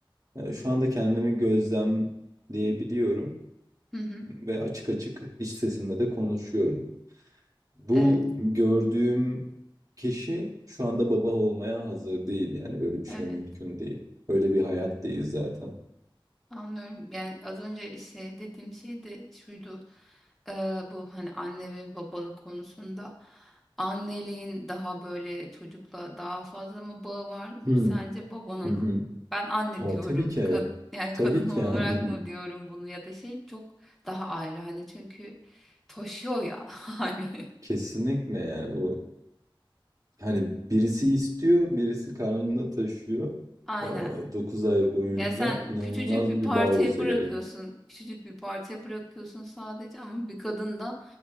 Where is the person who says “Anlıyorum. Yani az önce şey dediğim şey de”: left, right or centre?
Centre